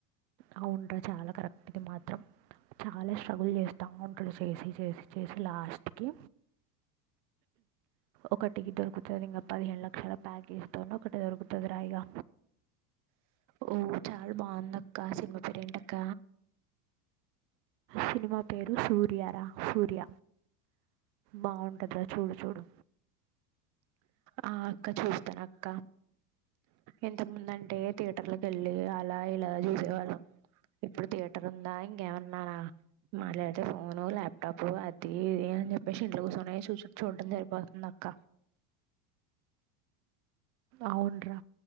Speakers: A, on the right; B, on the right.
A: అవుంట్రా చాలా కరెక్ట్ ఇది మాత్రం చాలా స్ట్రగుల్ చేస్తా అవుంటడు చేసి చేసి చేసి లాస్ట్కికి ఒకటికి దొరుకుతుంది ఇంకా పదిహేను లక్షల ప్యాకేజీ తొని ఒకటి దొరుకుతుంది రాయిగా
B: ఓ చాలా బాగుంద అక్క సినిమా పేరేంట అక్క
A: సినిమా పేరు సూర్యార సూర్య బావుంటాది రా చూడు చూడు
B: ఆ అక్క చూస్తాను అక్క ఇంతకు ముందు అంటే థియేటర్లకి వెళ్ళి అలా ఇలా చూసేవాళ్ళం ఇప్పుడు థియేటర్ ఉందా ఇంకేమన్నా మాట్లాడితే ఫోను ల్యాప్టాప్ అది ఇది అని చెప్పేసి ఇంట్లో కూర్చొనే చూసి చూడటడం సరిపోతుంది అక్క
A: అవున్రా